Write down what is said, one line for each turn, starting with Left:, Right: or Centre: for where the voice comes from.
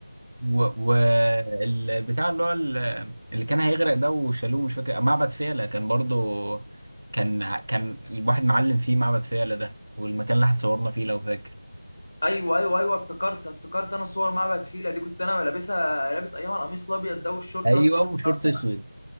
Right: والبتاع اللي هو ال- اللي كان هيغرق ده وشالوه مش فاكر معبد فيلة كان برضو كان كان الواحد معلم فيه معبد فيلة ده والمكان اللي اتصورنا فيه لو فاكر
Left: ايوه ايوه ايوه افتكرت افتكرت انا صور معبد فيلة دي كنت انا لابسها لابس ايام القميص الابيض ده والشورت
Right: ايوه
Left: الاسود احنا
Right: وشورت
Left: كنا اصلا
Right: اسود